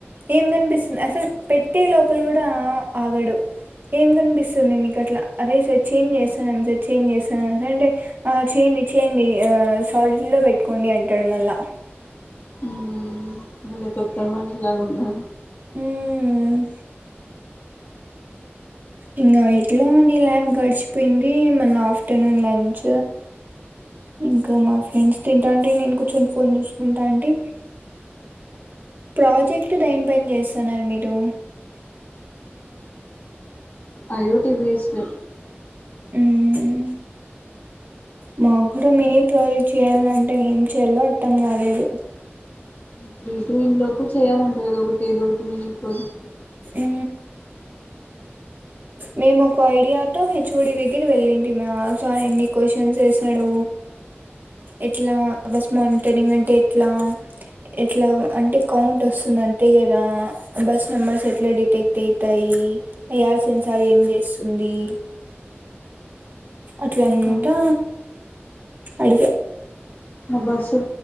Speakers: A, on the right; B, on the left.
A: ఏం కనిపిస్తుంది అసలు పెట్టే లోపల కూడా ఆగడు ఏం కనిపిస్తుంది మీకు అట్లా అదే సార్ చేంజ్ చేస్తాన్నాం సార్ చేంజ్ చేస్తానాం సార్ అంటే ఆ చేం ని ఛేంజ్ చేయ్యి ఆ సాల్ట్ లో పెట్టుకోండి అంటాడు మళ్ళా
B: ఊ భలే <inaudible> మాట్లాగున్నా
A: ఊ అ ఇంకా ఎట్లో ఆ నీ ల్యాబ్ గడిచిపోయింది మళ్ళ ఆఫ్టర్నూన్ లంచ్ ఇంకా మా ఫ్రెండ్స్ తింటా ఉంటే నేను కూర్చొని ఫోన్ చూసుకుంటాంటి ప్రాజెక్టు దేనిపైన చేస్సన్నారు మీరు
B: అయోటి బేస్డ్
A: ఉ మా కుడా మినీ ప్రాజెక్ట్ చేయాలంటే ఏం చేయాలో అర్థం కాలేదు
B: ట్రీట్మెంట్ లోపు చేయాలంటారు కదా ఒకటి ఏదో ఒకటి నేను ఈ ప్రాజెక్ట్
A: ఉ మేము ఒక ఐడియాతో హెచ్ఓడి దగ్గర వెళ్ళింటి మా సా ఎన్ని క్వశ్చన్స్ వేసాడో ఎట్లా బస్ మానిటరింగ్ అంటే ఎట్లా ఎట్లా అంటే కౌంట్ వస్తుంది అంతే కదా బస్ నెంబర్స్ ఎ ఎట్లా డిటెక్ట్ అయితాయి ఐ సెన్సార్ ఏం చేస్తుంది అట్లాంటా
B: ఇంకా
A: అడిగా
B: ఆ బస్సు